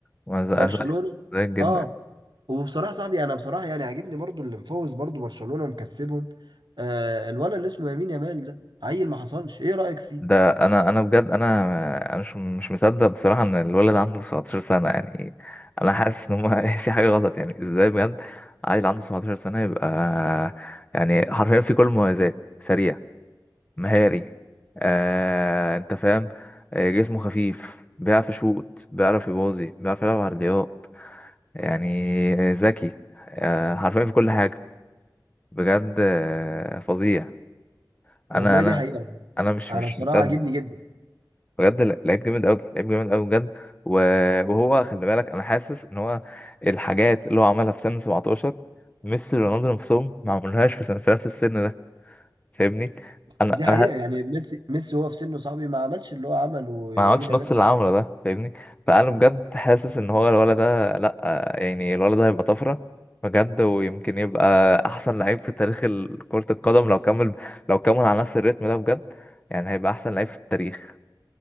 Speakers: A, on the left; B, on the right.
A: ما ز-
B: برشلونة
A: زيك زيك جدا
B: اه وبصراحة صاحبي انا بصراحة يعني عاجبني برضو اللي مفوز برضو برشلونة ومكسبهم آه الولد اللي اسمه يمين يامال ده عيل ما حصلش ايه رأيك فيه
A: ده انا انا بجد انا انا مش مش مصدق بصراحه ان الولد عنده 17 سنه يعني انا حاسس ان هو <laughs> في حاجه غلط يعني ازاي بجد عيل عنده 17 سنه يبقى يعني حرفيا في كل المميزات سريع مهاري آه انت فاهم آه، جسمه خفيف بيعرف يشوط بيعرف يباظي بيعرف يلعب عرضيات يعني ذكي آه حرفيا في كل حاجه بجد آه، فظيع
B: والله
A: انا انا
B: دي حقيقة يعني.
A: انا مش
B: انا
A: مش
B: بصراحة
A: مصدق
B: عاجبني جدا
A: بجد لا- لعيب جامد قوي لعيب جامد قوي بجد و- وهو خلي بالك انا حاسس ان هو الحاجات اللي هو عملها في سن 17 ميسي ورونالدو نفسهم ما عملوهاش في سن في نفس السن ده فاهمني انا
B: دي حقيقة
A: انا ه-
B: يعني ميسي ميسي هو في سنه صاحبي ما عملش اللي هو عمله يمين
A: ما عملتش
B: يامال
A: نص اللي عمله ده فاهمني فانا بجد حاسس ان هو الولد ده لا يعني الولد ده هيبقى طفره بجد ويمكن يبقى احسن لعيب في تاريخ ال- كرة القدم لو كمل لو كمل على نفس الريتم ده بجد يعني هيبقى احسن لعيب في التاريخ